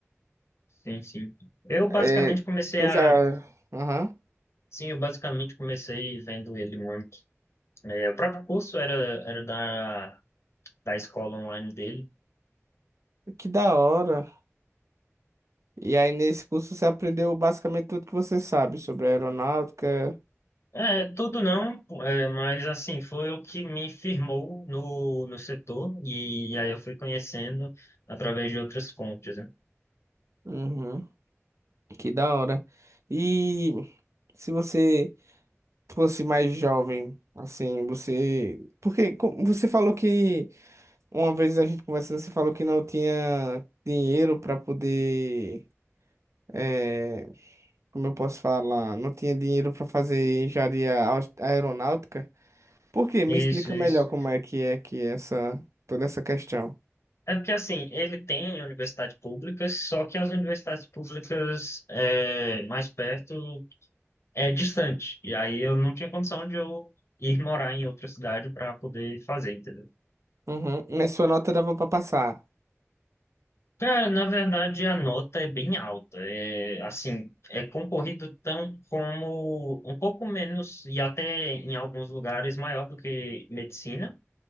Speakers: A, on the left (about 60°); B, on the right (about 75°).
A: Sim, sim. Eu basicamente
B: É,
A: comecei
B: eu
A: a.
B: já. Aham,
A: Sim, eu basicamente comecei vendo ele muito. É, o próprio curso era, era da, da escola online dele.
B: que da hora. E aí nesse curso você aprendeu basicamente tudo que você sabe sobre aeronáutica.
A: É, tudo não, é, mas assim, foi o que me firmou no, no setor e, aí eu fui conhecendo através de outras fontes, né?
B: Uhum, que da hora. E se você fosse mais jovem, assim, você. Porque co- você falou que uma vez a gente conversando, você falou que não tinha dinheiro para poder. é, Como eu posso falar? Não tinha dinheiro para fazer engenharia aus- aeronáutica. Por quê? Me
A: Isso,
B: explica
A: isso.
B: melhor como é que é que é essa toda essa questão.
A: É porque assim, ele tem universidade pública, só que as universidades públicas é, mais perto é distante. E aí eu não tinha condição de eu ir morar em outra cidade para poder fazer, entendeu?
B: Uhum. Mas sua nota dava para passar.
A: Cara, na verdade a nota é bem alta. É, assim, é concorrido tão como um pouco menos e até em alguns lugares maior do que medicina,